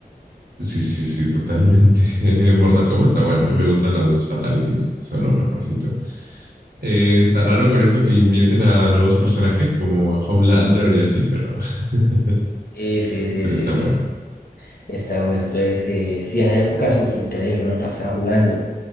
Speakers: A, on the right; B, on the left.
A: Sí, sí, sí, totalmente. <laughs> Mortal Kombat está bueno. A mí me gustan los fatalities. Son lo mejorcito. Eh, está raro con esto que inviten a nuevos personajes como a Homelander y así, pero, <laughs>
B: Ese, ese,
A: pero
B: ese,
A: está
B: ese.
A: bueno.
B: Está bueno, entonces, eh, sí, esa época eso fue increíble, no me la pasaba jugando.